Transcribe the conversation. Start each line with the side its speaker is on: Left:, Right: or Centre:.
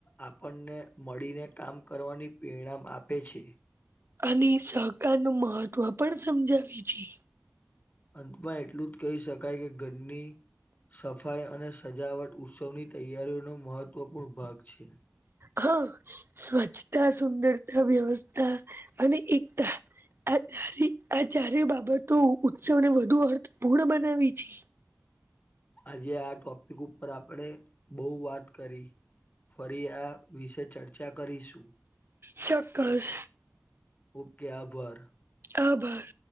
Left: આપણને મળીને કામ કરવાની પરેણામ આપે છે
Right: અને સહકાર નું મહત્વ પણ સમજાવે છે
Left: અંતમાં એટલું જ કહી શકાય કે ઘરની સફાઈ અને સજાવટ ઉત્સવની તૈયારીઓનો મહત્વપૂર્ણ ભાગ છે
Right: હા સ્વચ્છતા સુંદરતા વ્યવસ્થા અને એકતા આ આ ચારે બાબતો ઉત્સવને વધુ અર્થપૂર્ણ બનાવી છે
Left: આજે આ ટોપિક ઉપર આપણે બઉ વાત કરી ફરી આ વિશે ચર્ચા કરીશું
Right: ચોક્કસ
Left: ઓકે આભર
Right: આભાર